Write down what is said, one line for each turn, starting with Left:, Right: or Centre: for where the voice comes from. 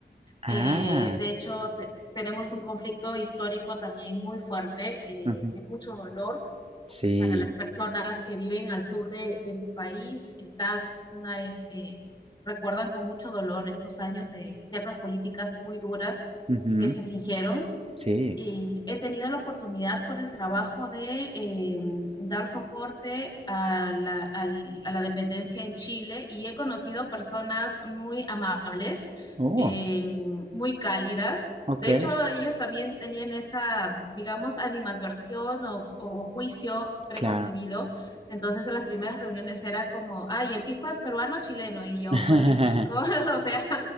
Right: Ah,
Left: Eh, de hecho, te- tenemos un conflicto histórico también muy fuerte, eh,
Right: ujú.
Left: de mucho dolor
Right: Sí.
Left: para las personas que viven al sur de, de mi país. Está, una es, eh, recuerdan con mucho dolor estos años de ciertas políticas muy duras
Right: Ujú.
Left: que se infringieron
Right: Sí.
Left: y he tenido la oportunidad por el trabajo de eh, dar soporte a la, a la dependencia en Chile y he conocido personas muy amables,
Right: Oh,
Left: eh, muy cálidas.
Right: ok.
Left: De hecho, ellos también tenían esa, digamos, animadversión o, o juicio preconcebido.
Right: Claro.
Left: Entonces, en las primeras reuniones era como, ay, el pisco es peruano o chileno. Y yo,
Right: <laughs>
Left: bueno, el pisco, <laughs> o sea,